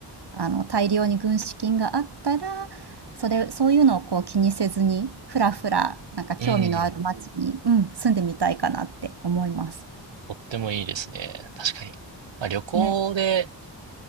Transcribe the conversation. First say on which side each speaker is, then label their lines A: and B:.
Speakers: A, on the right (about 65°); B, on the right (about 85°).
A: あの、大量に軍資金があったら、それ、そういうのをこう気にせずに、ふらふら、なんか興味のある街に、
B: うんうん。うんうん。
A: うん、住んでみたいかなって思います。
B: とってもいいですね。確かに。まあ旅行で、
A: ね。